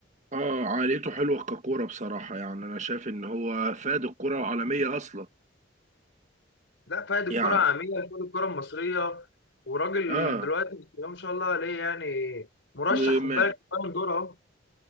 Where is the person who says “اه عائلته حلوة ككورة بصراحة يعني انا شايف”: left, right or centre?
Right